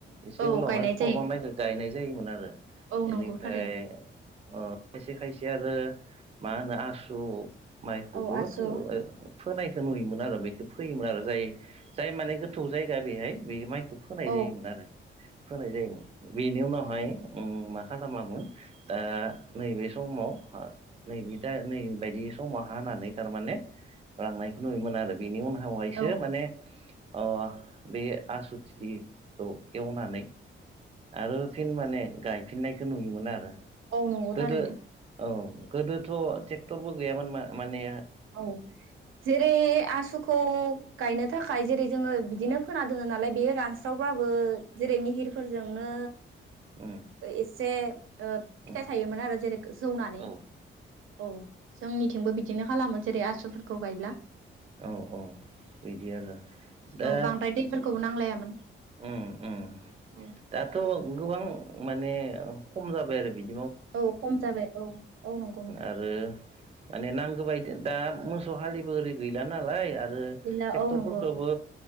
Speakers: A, on the right; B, on the right.
A: एसे
B: औ
A: उनावहाय
B: गायनाय
A: खरमा
B: जायो
A: माइखौ गायनाय जायोमोन आरो
B: औ
A: बेनिफ्राय
B: नंगौ थारैनो
A: अ खायसे खायसे आरो मा होनो आसु माइखौबो
B: औ आसु
A: फोबाय फोनायखौ नुयोमोन आरो बेखौ फोयोमोन आरो जाय जाय माने गोथौ जायगा बेहाय बे माइ फोनाय
B: औ
A: जायोमोन आरो फोनाय जायोमोन बेनि उनाव ओमफ्राय उम मा खालामामोन दा नैबे समाव आ नैबे दा नै बायदि समाव हानानै थारमाने लांनायखौ नुयोमोन आरो बिनि उन नावहायसो
B: औ
A: माने अ बे आसु थिलिखौ एवनानै आरो फिन माने गायफिननायखौ नुयोमोन आरो
B: औ नंगौ
A: गोदो
B: थारैनो
A: औ गोदोथ' ट्रेक्टरबो गैयामोन मा-माने
B: औ जेरै आसुखौ गायनो थाखाय जेरै जोङो बिदिनो फोना दोनो नालाय बे रान हास्रावबाबो जेरै निहिर फोरजोंनो
A: उम
B: एसे ओ फिथाइ
A: उम
B: थायोमोन आरो जेरै जौनानै
A: औ
B: औ जोंनिथिंबो बिदिनो खालामो जेरै आसुफोरखौ गायब्ला
A: औ औ बिदि आरो दा
B: औ बांद्राय दैफोरखौबो <inaudible>
A: उम उम
B: औ
A: दाथ' गोबां माने खम जाबाय आरो बिद
B: औ खम जाबाय औ औ नंगौ नोंथां
A: आरो माने नांगौ बायदि दा मोसौ हालिबो ओरै गैला नालाय आर ओ
B: गैला
A: ट्रेक्टरफोरखौबो
B: औ नंगौ